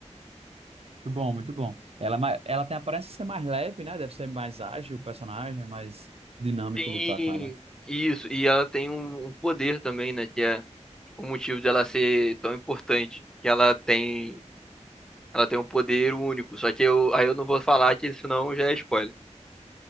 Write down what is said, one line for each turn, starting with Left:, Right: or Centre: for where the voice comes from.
Right: Muito bom, muito bom. Ela, é ma- ela tem a aparência de ser mais leve, né? Deve ser mais ágil o personagem, mais dinâmico
Centre: Sim,
Right: lutar com ela.
Centre: isso. E ela tem um, um poder também, né? Que é o motivo dela ser tão importante. Que ela tem, ela tem um poder único. Só que eu, aí eu não vou falar que senão já é spoiler.